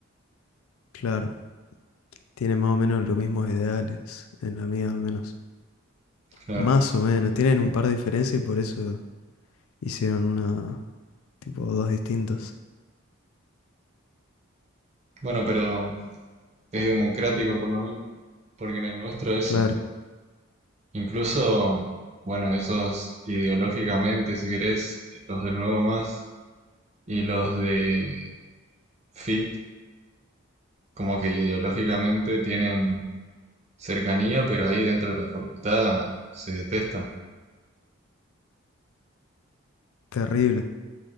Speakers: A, on the left; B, on the right.
A: claro, tienen más o menos los mismos ideales, en la mía al menos.
B: claro.
A: Más o menos, tienen un par de diferencias y por eso hicieron una, tipo, dos distintas.
B: Bueno, pero es democrático por lo menos, porque en el nuestro eso.
A: Claro,
B: Incluso, bueno, esos ideológicamente, si querés, los del Nuevo Más y los de FIT, como que ideológicamente tienen cercanía, pero ahí dentro de la facultad se detestan.
A: terrible.